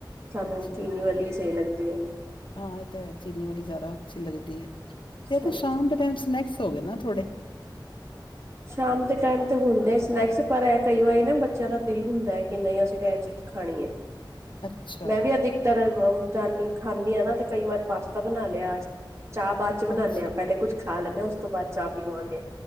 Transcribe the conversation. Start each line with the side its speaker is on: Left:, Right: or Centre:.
Right: ਸਾਨੂੰ
Left: ਅੱਛਾ
Right: ਚੀਨੀ ਵਾਲੀ ਹੀ ਸਹੀ ਲੱਗਦੀ ਹੈ।
Left: ਹਾਂ ਇਹ ਤਾਂ ਹੈ ਚੀਨੀ ਵਾਲੀ ਜਾਦਾ ਅੱਛੀ ਲੱਗਦੀ ਹੈ ਇਹ
Right: ਸਾਨੂੰ
Left: ਤਾਂ ਸ਼ਾਮ ਟੈਮ ਸਨੈਕਸ ਹੋਏ ਨਾ ਥੋੜੇ।
Right: ਸ਼ਾਮ ਦੇ ਟੈਮ ਤੇ ਹੁੰਦੇ ਸਨੈਕਸ ਪਰ ਇਹ ਕਈ ਵਾਰੀ ਨਾ ਬੱਚਿਆਂ ਦਾ ਦਿਲ ਹੁੰਦਾ ਹੈ ਕਿ ਨਹੀਂ ਅਸੀਂ ਤਾਂ ਇਹ ਚੀਜ਼ ਖਾਣੀ ਏ,
Left: ਅੱਛਾ,
Right: ਮੈਂ ਵੀ ਅੱਧ ਤਰ ਜਾਂਦੀ ਖਾਂਦੀ ਆ ਨਾ ਤੇ ਕਈ ਵਾਰ ਪਾਸਤਾ ਬਣਾ ਲਿਆ ਅਜ ਚਾਹ ਬਾਦ ਚ ਬਣਾਨੇ
Left: ਅੱਛਾ,
Right: ਹਾ। ਪਹਿਲੇ ਕੁੱਛ ਖਾ ਲੈਣੇ ਉਸ ਤੋਂ ਬਾਅਦ ਚਾਹ ਪੀਵਾਂਗੇ